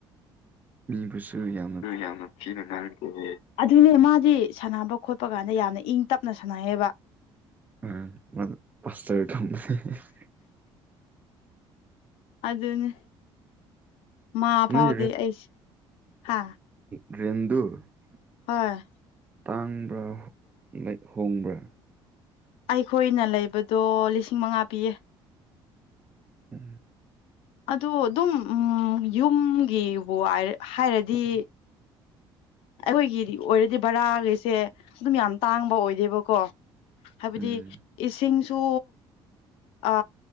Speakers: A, on the right (about 15°); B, on the left (about 80°).
A: ꯃꯤꯕꯨꯁꯨ ꯌꯥꯝ
B: ꯎꯝ ꯌꯥꯝꯅ ꯊꯤꯅ ꯉꯥꯡꯉꯛꯄ ꯑꯣꯏꯌꯦ꯫ ꯑꯗꯨꯅꯦ ꯃꯥꯗꯤ ꯁꯥꯟꯅꯕ ꯈꯣꯠꯄ ꯀꯥꯟꯗ ꯌꯥꯝꯅ ꯏꯪ ꯇꯞꯅ ꯁꯥꯟꯅꯩꯌꯦꯕ꯫
A: <unintelligible>
B: ꯑꯗꯨꯅꯤ ꯃꯥ
A: ꯅꯣꯏ
B: ꯐꯥꯎꯗꯤ ꯑꯩꯁ ꯍꯥ
A: ꯔꯗꯨ <unintelligible>
B: ꯍꯣꯏ
A: ꯇꯥꯡꯕ꯭ꯔꯥ ꯂꯩ ꯍꯣꯡꯕ꯭ꯔꯥ
B: ꯑꯩꯈꯣꯏꯅ ꯂꯩꯕꯗꯣ ꯂꯤꯁꯤꯡ ꯃꯉꯥ ꯄꯤꯌꯦ
A: ꯎꯝ
B: ꯑꯗꯨ ꯑꯗꯨꯝ ꯎꯝ ꯌꯨꯝꯒꯤꯕꯨꯑꯥꯏ ꯍꯥꯏꯔꯗꯤ ꯑꯩꯈꯣꯏꯒꯤꯗꯤ ꯑꯣꯏꯔꯗꯤ ꯕꯔꯥꯒꯤꯁꯦ ꯑꯗꯨꯝ ꯌꯥꯝ ꯇꯥꯡꯕ ꯑꯣꯏꯗꯦꯕꯀꯣ ꯍꯥꯏꯕꯗꯤ
A: ꯎꯝ
B: ꯏꯁꯤꯡꯁꯨ ꯑ